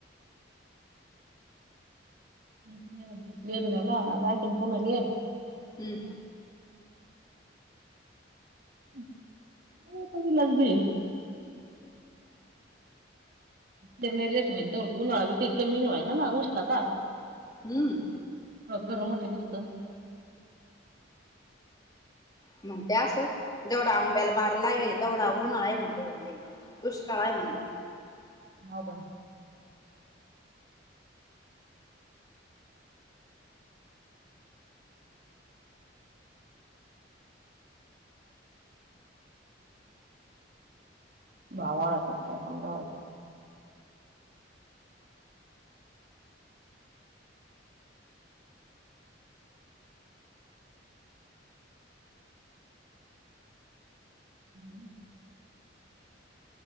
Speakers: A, on the right (about 50°); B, on the left (about 20°).
A: <unintelligible> लेट झाला. <unintelligible> पुन्हा लेट.
B: हम्म.
A: <unintelligible> पेरण्या लेट होईल तवर <unintelligible> कमी नाही होईना ना उष्णता.
B: हम्म.
A: गरम होतंय नुसतं.
B: म्हणत्याय असं. जेवढा आंब्याला बार लागेल ए तेवढा उन्हाळा म्हणत्याय हे. दुष्काळ आहे म्हणत्या.
A: हो का? भावाळ कायकण गावाची हम्.